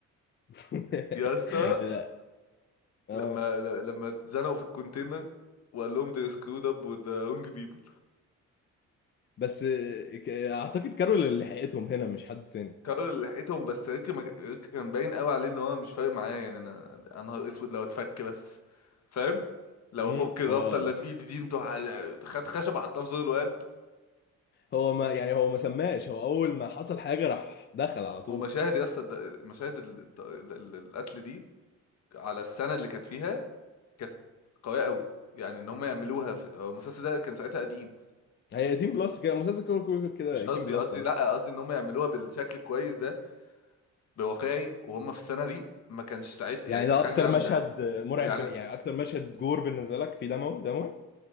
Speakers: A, on the left; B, on the left.
A: <laughs>
B: يا اسطى
A: لا اه
B: لما لما اتزنقوا في الكونتينر وقال لهم they screwed up with the wrong people
A: بس آه، ك- اعتقد كارول اللي لحقتهم هنا مش حد تاني
B: كارول اللي لحقتهم بس ريكي مج... ريكي كان باين قوي عليه ان هو مش فارق معاه يعني انا انا نهار اسود لو اتفك بس فاهم لو
A: امم
B: افك الرابطه
A: هو
B: اللي في ايدي دي انتوا ح- خد خشبه حطها في زور الواد
A: هو ما يعني هو ما سماش هو اول ما حصل حاجه راح دخل على طول
B: ومشاهد يا اسطى الد- مشاهد ال... الت- ال- ال- القتل دي على السنه اللي كانت فيها كانت قويه قوي يعني ان هم يعملوها في هو المسلسل ده كان ساعتها قديم
A: هي 18 بلس كده مسلسل كده كده كده
B: مش قصدي
A: 18 بلس
B: قصدي
A: اصلا
B: لا قصدي ان هم يعملوها بالشكل الكويس ده بواقعي وهم في السنه دي ما كانش ساعتها
A: يعني
B: يعني كانت
A: ده
B: حاجه
A: اكتر
B: جامده
A: مشهد مرعب
B: يعني
A: بن... يعني اكتر مشهد جور بالنسبه لك في دموي دموي